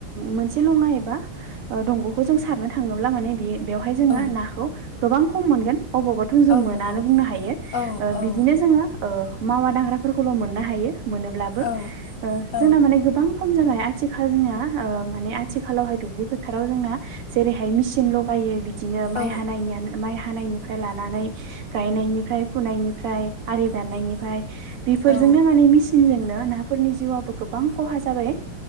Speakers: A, on the right; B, on the left.
A: मोनसे लंङा एबा दंग'खौ जों सारनो थांङोब्ला माने बे बेवहाय जोंङो
B: औ
A: नाखौ गोबां खम मोनगोन अबावबा थोंजों
B: औ
A: मोनानो
B: नंगौ
A: बुंनो हायो
B: औ औ
A: बिदिनो जोंङो मावा दांग्राफोरखौल' मोननो हायो मोनोब्लाबो
B: औ औ
A: जोंना माने गोबां खम जाबाय आथिखाल जोंना माने आथिखालावहाय दुब्लि फोथाराव जोंना जेरैहाय मेचिन लगायो बिदिनो माइ
B: औ
A: हानायनि माइ हानायनिफ्राय लानानै गायनायनिफ्राय फुनायनिफ्राय आरि दाननायनिफ्राय बेफोरजोंनो
B: औ
A: माने मेसिनजोंनो फोरनि जिउआबो गोबां खहा जाबाय